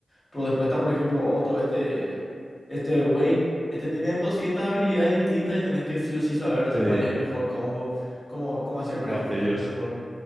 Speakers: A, on the left; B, on the right.
A: Pero después está, por ejemplo, otro, este, este güey, este tiene 200 habilidades distintas y tenés que sí o sí saberte
B: Sí.
A: cuál es el mejor combo, cómo, cómo hacer para
B: O Aphelios.
A: que funcione mejor.